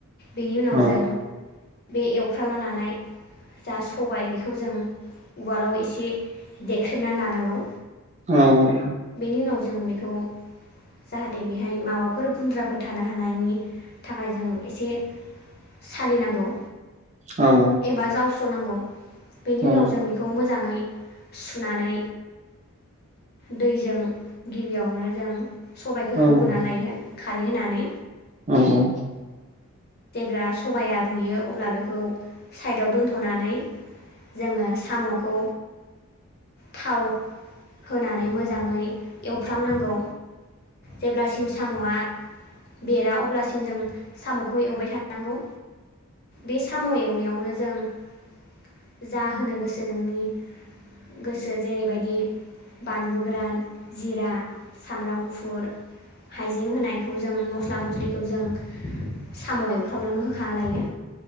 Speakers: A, on the left; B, on the right.
A: बेनि उनाव
B: औ
A: जों बे एवफ्रामना लानाय जा सबाय बेखौ जों उवालाव एसे देख्रेबना लानांगौ।
B: औ औ।
A: बेनि उनाव जों बेखौ जाहाथे बेहाय माबाफोर गुन्द्राफोर थानो हानायनि थाखाय जों एसे सालिनांगौ।
B: औ औ
A: बा जावस्र'नांगौ बेनि
B: औ
A: उनाव जों बेखौ मोजाङै सुनानै दैजों गिबियावनो जों सबायखौ
B: औ
A: रुग्रोना लायो खारै होनानै।
B: औऔ
A: जेब्ला सबाया रुयो अब्ला बेखौ साइडआव दोनथ'नानै जोङो साम'खौ थाव होनानै मोजाङै एवफ्रामनांगौ जेब्लासिम साम'आ बेरा अब्लासिम जों साम'खौ एवबाय थानांगौ। बे साम' एवनायावनो जों जा होनो गोसो नोंनि गोसो जेरैबायदि बानलु गोरान, जिरा, सामब्राम गुफुर, हाइजें होनायखौ जों मस्ला मस्लिखौ जों साम' एवफ्रामनायावनो होखाना लायो।